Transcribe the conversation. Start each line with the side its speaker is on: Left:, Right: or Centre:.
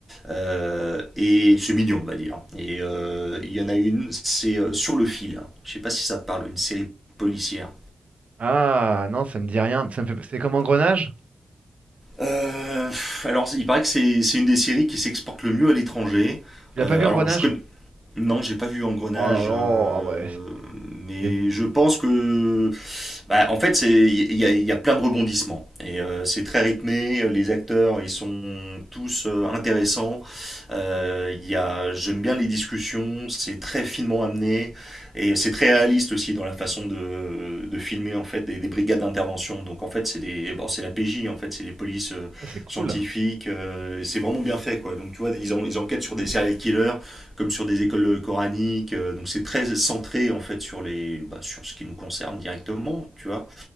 Centre: Euh, et c'est mignon, on va dire. Et euh, il y en a une, c'est euh, Sur le fil. Je sais pas si ça te parle, une série policière.
Right: Ah, non, ça me dit rien. Ça me fait... C'est comme Engrenage?
Centre: Euh, alors, il paraît que c'est c'est une des séries qui s'exporte le mieux à l'étranger.
Right: Tu l'as
Centre: Euh,
Right: pas vu,
Centre: alors,
Right: Engrenage?
Centre: je connais, non, j'ai pas vu Engrenage,
Right: Oh là là,
Centre: euh,
Right: ah ouais, c'est...
Centre: mais
Right: c'est
Centre: je pense que, bah, en fait, c'est il y a, il y a plein de rebondissements et euh, c'est très rythmé. Les acteurs, ils sont tous euh, intéressants. Euh, il y a, j'aime bien les discussions. C'est très finement amené et c'est très réaliste aussi dans la façon de, de filmer en fait des, des brigades d'intervention. Donc en fait, c'est des, bon, c'est la PJ en fait, c'est des polices euh,
Right: ah, c'est cool.
Centre: scientifiques. euh, et c'est vraiment bien fait quoi. Donc tu vois, ils, en- ils enquêtent sur des serial killers comme sur des écoles coraniques. euh, donc c'est très centré en fait sur les, bah, sur ce qui nous concerne directement, tu vois,